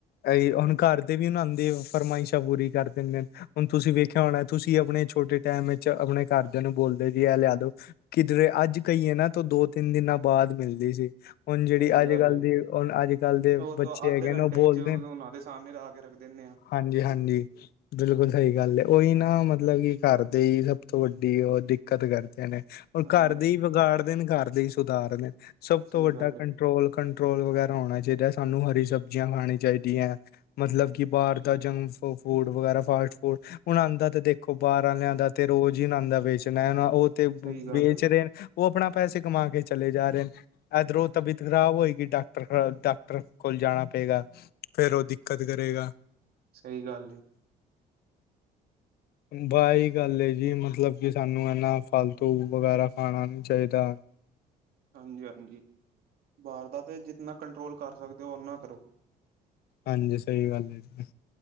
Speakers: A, on the left (about 65°); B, on the right (about 65°).
A: ਅ ਹੁਣ ਘਰ ਤੇ ਵੀ ਉਹ ਨਾਂ, ਆਦੀ ਓਹ ਫਰਮਾਇਸ਼ਾਂਪੂਰੀ ਕਰ ਦਿੰਦੇ ਨੇ ਹੁਣ ਤੁਸੀਂ ਵੇਖਿਆ ਹੋਣਾ, ਤੁਸੀਂ ਆਪਣੇ ਛੋਟੇ ਟਾਈਮ ਵਿੱਚ, ਆਪਣੇ ਘਰਦਿਆਂ ਨੂੰ ਬੋਲਦੇ ਜੀ ਇਹ ਲਿਆ ਦੋ। ਕਿਧਰੇ ਅੱਜ ਕਹੀਏ ਨਾ ਤੋਂ, ਦੋ, ਤਿੰਨ, ਦਿਨਾਂ ਬਾਅਦ ਮਿਲਦੀ ਸੀ‌। ਹੁਣ ਜਿਹੜੀ
B: ਸਹੀ
A: ਅੱਜ
B: ਗੱਲ
A: ਕੱਲ ਦੀ ਹਣ ਅੱਜ ਕੱਲ
B: ਹੈ
A: ਦੇ
B: ਉਹ
A: ਬੱਚੇ
B: ਤਾਂ ਅੱਧੇ
A: ਹੈਗੇ
B: ਘੰਟੇ
A: ਨੇ, ਉਹ ਬੋਲਦੇ
B: ਚ ਉਹਨਾਂ
A: ਨੇ,
B: ਦੇ ਸਾਹਮਣੇ ਲਾ ਕੇ ਰੱਖ ਦਿੰਦੇ ਆ
A: ਹਾਂਜੀ ਹਾਂਜੀ ਬਿਲਕੁਲ ਸਹੀ ਗੱਲ ਹੈ, ਉਹੀ ਨਾ ਮਤਲਬ ਕਿ, ਘਰ ਦੇ ਹੀ ਸਭ ਤੋਂ ਵੱਡੀ, ਉਹ ਦਿੱਕਤ ਕਰਦੇ ਨੇ
B: ਹਾਂਜੀ
A: ਘਰ, ਦੇ
B: ਹਾਂਜੀ
A: ਹੀ ਵਿਗਾੜਦੇ ਨੇ, ਘਰ ਦੇ ਹੀ ਸੁਧਾਰਦੇ, ਸਭ
B: ਸਹੀ
A: ਤੋਂ ਵੱਡਾ
B: ਗੱਲ
A: ਕੰ
B: ਹੈ
A: ਕੰਟਰੋਲ ਕੰਟਰੋਲ ਵਗੈਰਾ ਹੋਣਾ ਚਾਹੀਦਾ ਹੈ ਸਾਨੂੰ ਹਰੀ ਸਬਜ਼ੀਆਂ ਖਾਣੀ ਚਾਹੀਦੀਆਂ। ਮਤਲਬ ਕਿ, ਬਾਹਰ ਦਾ ਜੰਕ ਫੂਡ ਵਗੈਰਾ ਫਾਸਟ ਫੂਡ ਹਣ ਅਉਂਦਾ, ਤੇ ਦੇਖੋ ਬਾਹਰ ਵਾਲਿਆਂ ਦਾ, ਤੇ ਰੋਜ਼ ਹੀ ਉਂਨਾ ਦਾ ਵੇਚਣਾ ਨਾ ਉਹ, ਤੇ
B: ਸਹੀ ਗੱਲ
A: ਵੇਚ
B: ਹੈ
A: ਰਹੇ ਨੇ, ਉਹ ਆਪਣਾ ਪੈਸੇ ਕਮਾ ਕੇ ਚਲੇ ਜਾ ਰਹੇ। ਇਧਰੋਂ ਤਬੀਅਤ ਖਰਾਬ ਹੋਏਗੀ ਡਾਕਟਰ, ਡਾਕਟਰ ਕੋਲ ਜਾਣਾ ਪਏਗਾ। ਫੇਰ, ਉਹ ਦਿੱਕਤ ਕਰੇਗਾ।
B: ਸਹੀ ਗੱਲ ਹੈ।
A: ਵਾਹੀ ਗੱਲ ਏ ਜੀ ਮਤਲਬ, ਕਿ ਸਾਨੂੰ ਹਨਾ ਫਾਲਤੂ ਵਗੈਰਾ ਖਾਣਾ ਨਹੀਂੀ ਚਾਹੀਦਾ।
B: ਹਾਂਜੀ ਹਾਂਜੀ ਵਾਰ ਦਾ ਤੇ ਜਿੰਤਨਾ ਕੰਟਰੋਲ ਕਰ ਸਕਦੇ ਹੋ, ਉਨਾ ਕਰੋ
A: ਹਾਂਜੀ, ਸਹੀ ਗੱਲ ਹੈ।